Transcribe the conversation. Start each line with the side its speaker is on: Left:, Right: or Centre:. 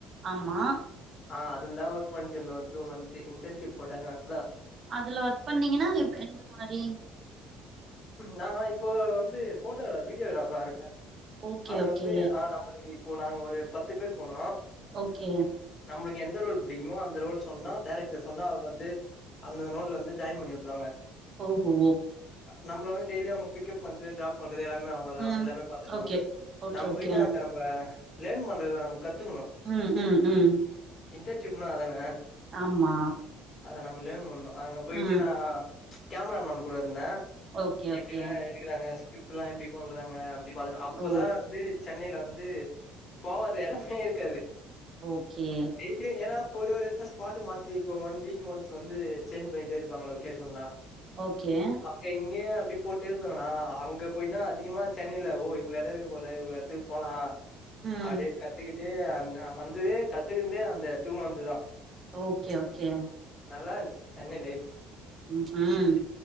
Right: ஆமா
Left: ஆ அதுல தா ஒர்க பண்ட்டு இருந்தோம் டூ மந்த் இன்டர்ன்ஷிப் போட்டாங்கா அங்கதா
Right: அதுல ஒர்க் பண்ணீங்கன்னா எம் எந்த மாரி
Left: நா இப்போ வந்து ஃபோட்டோகிரா வீடியோகிராஃபரா இருக்கே
Right: ஓகே
Left: அங்க
Right: ஓகே
Left: வந்து ஆ நம்மளு இப்போ நாங்க ஒரு பத்து பேர் போனோ
Right: ஓகே
Left: நம்மளுக்கு எந்த ரோல் பிடிக்குமோ அந்த ரோல் சொன்னா டேரக்டர் சொன்னா அவங்க வந்து அந்த ரோலந்து ஜாயின் பண்ணி விட்ருவாங்க
Right: ஓஹோ
Left: நம்ம வந்து டெய்லி அவங்க பிக்கப் வந்து ட்ராப் பண்றது எல்லாமே அவங்கதா
Right: ம்
Left: எல்லாமே பாத்துகுவாங்க
Right: ஓகே ஓகே
Left: நாம
Right: ஓகே
Left: போயிட்டு அங்க நம் ஆ லெர்ன் பண்றத நம்ம கத்துக்கணு
Right: ம் ம் ம்
Left: இன்டர்ன்ஷிப்னா அதான
Right: ஆமா
Left: அதை நம்ம லேர்ன் பண்ணணு அங்க போய்ட்டு
Right: ம்
Left: நா கேமராமேன் கூட இருந்தே
Right: ஓகே
Left: எப்டிலா
Right: ஓகே
Left: எடுக்கறாங்க ஸ்கிரிப்டல்லா எப்டி பண்றாங்க பாதற அப்பதா
Right: ஓ
Left: வந்து சென்னையில வந்து போவாது எடமே இருக்காது
Right: ஓகே
Left: டெய்லியு ஏன்னா ஒரு ஒருத்ர் ஸ்பாட்டுக்கு மாத்திரி இப்ப ஒன் வீக் ஒன்ஸ் வந்து சேஞ்ச் பண்ணிகிட்டே இருப்பாங்க லொகேஷன்லா
Right: ஓகே
Left: அப்திங் அங்க அப்டி போட்டு இருப்பாங்கன்னா அங்க போய் தா அதிகமா சென்னைல ஓ இவள எட இருக்கு போல இவ்வளோ எத்துக்கு போலா
Right: ம்
Left: அப்டின்னு கத்துக்கிட்டு அந்த் வந்ததே கத்துக்கந்தே அந்த டூ மந்த்துதா
Right: ஓகே ஓகே
Left: நல்லாருச்சு சென்னை லைப்
Right: ம்ஹும்